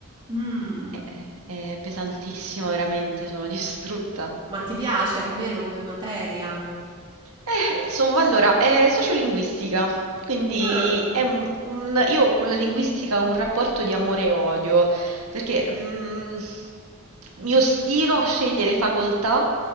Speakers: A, on the right; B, on the right.
A: Mh,
B: È, è pesantissimo, veramente, sono <laughs> distrutta.
A: ma ti piace almeno come materia?
B: Eh, insomma, allora, è sociolinguistica, quindi
A: Ah.
B: è un, un- io con la linguistica ho un rapporto di amore e odio, perché mm, mi ostino a scegliere facoltà